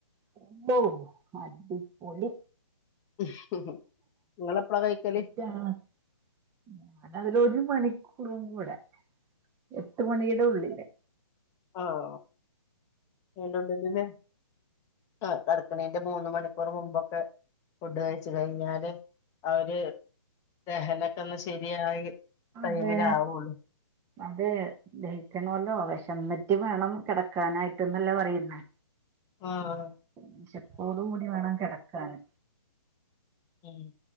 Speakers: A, on the right; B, on the left.
A: ഉവ്വോ അടിപൊളി.
B: മ്ഹ്ഹ് നിങ്ങള എപ്പളാ കഴിക്കല്?
A: റ്റാണ് ഞാനതിലൊരു മണിക്കൂറും കൂടെ. എട്ട് മണിടെ ഉള്ളില്.
B: ആഹ് <unintelligible> ആഹ് കടക്കണിന്റെ മൂന്ന് മണിക്കൂർ മുമ്പൊക്കെ. ഫുഡ് കഴച്ച് കഴിഞ്ഞാല് ആ ഒര് ദഹനൊക്കെ ഒന്ന് ശരിയായി. ടൈമിലാവുള്ളൂ
A: അതെ അതെ ദഹിക്കണോല്ലോ വിശന്നിട്ട് വേണം കിടക്കാനായിട്ട്ന്നല്ലേ പറയുന്നേ.
B: ആഹ്
A: വിശപ്പോടുകൂടി വേണം കിടക്കാന്.
B: ഏഹ്